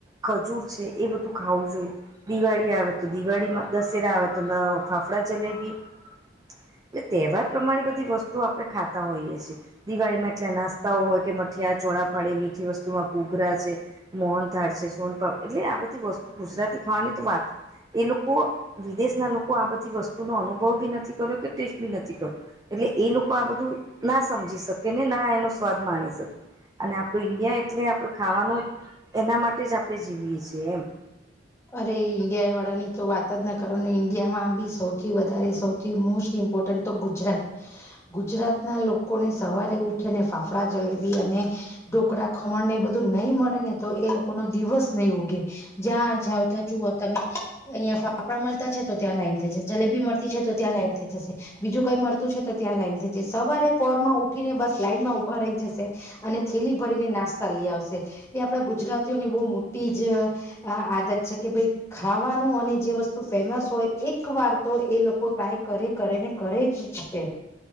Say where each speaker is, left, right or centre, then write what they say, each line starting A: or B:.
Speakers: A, on the right; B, on the left.
A: ખજૂર છે. એ બધું ખાવું જોઈએ. દિવાળી આવે તો દિવાળીમાં દશેરા આવે ત લાવ ફાફડા-જલેબી <unintelligible> તહેવાર પ્રમાણે બધી વસ્તુ આપણે ખાતા હોઈએ છે. દિવાળીમાં એટલા નાસ્તાઓ હોય કે મઠિયા, ચોળા ફડી, મીઠી વસ્તુમાં ઘૂઘરા છે. મોહનથાળ છે. સોનપા એટલે આ બધી વસ્તુ ગુજરાતી ખાવાની તો વાત એ લોકો વિદેશના લોકો આ બધી વસ્તુનો અનુભવ બી નથી કર્યો કે ટેસ્ટ બી નથી કર્યો. એટલે એ લોકો આ બધું ના સમજી શકે, ને ના એનો સ્વાદ માણી શકે. અને આપણું ઈન્ડિયા એટલે આપણું ખાવાનું એના માટે જ આપણે જીવીએ છેએમ.
B: અરે ઈન્ડિયા વાળા ની તો વાત જ ના કરો ને ઈન્ડિયા માં બી સૌથી વધારે સૌ થી મોસ્ટ ઇમ્પોર્ટન્ટ તો ગુજરાત. ગુજરાત ના લોકોને સવારે ઉઠીને ફાફડા જલેબી અને ઢોકળા ખમણ ને એ બધું નહીં મળે ને તો એ લોકો નો દિવસ નહી ઉગે. જ્યાં જાઓ તો જુઓ તમે અહીયાં ફાફડા મલતા છે, તો ત્યાં લાઈન થઈ જશે. જલેબી મળતી છે, તો ત્યાં લાઈન થઈ જશે. બીજું કઈ મળતું છે, તો ત્યાં લાઈન થ જાય. સવારે પોર માં ઉઠીને બસ લાઈનમાં ઉભા રહી જશે. અને થેલી ભરીને નાસ્તા લઈ આવશે એ આપડા ગુજરાતીઓની બહુ મોટી જ અ આદત છે કે ભઈ ખાવાનું અને જે વસ્તુ ફેમસ હોય એક વાર તો એ લોકો ટ્રાય કરે કરે ને કરે જ છે.